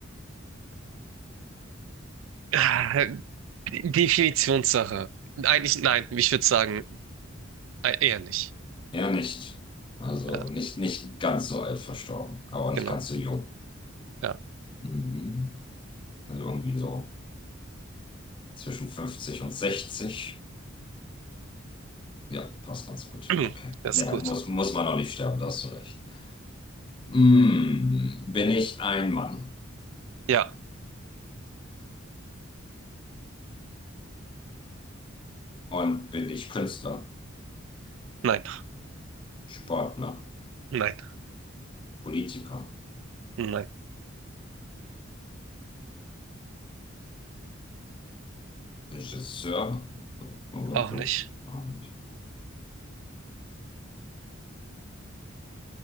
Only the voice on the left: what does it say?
Er nicht. Also
nicht, nicht ganz so alt verstorben, aber auch nicht
ganz so jung.
Mhm. Also irgendwie so zwischen 50 und sechzig Ja, passt ganz gut.
Okay.
Ja,
muss, muss man auch nicht sterben, da hast du recht. Hm, bin ich ein Mann?
Und bin ich Künstler,
Sportler,
Politiker,
Regisseur? Obwohl,
auch nicht.